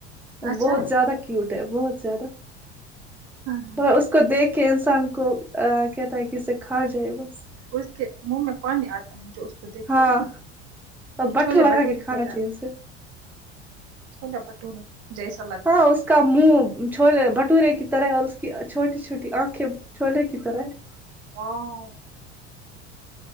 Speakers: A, on the right; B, in the centre.
A: اچھا
B: بہت زیادہ کیوٹ ہے بہت زیادہ
A: ہاں ہاں
B: اور کو دیکھ کے انسان کو کہتا ہے کہ اسے کھا جائے بس
A: اس کے منہ میں پانی آتا ہے جو وہ دیکھتے
B: ہاں
A: ہے نا وہ
B: بٹر
A: چھولے
B: لگا
A: بٹورے
B: کے کھانا
A: کی تارہا
B: چاہیے اسے
A: چھلے باتھورے جیسے
B: ہاں اس کا منہ چھولے بھٹورے کی طرح اور اس کی چھوٹی چھوٹی آنکھیں چھولے کی طرح ہے
A: ہاں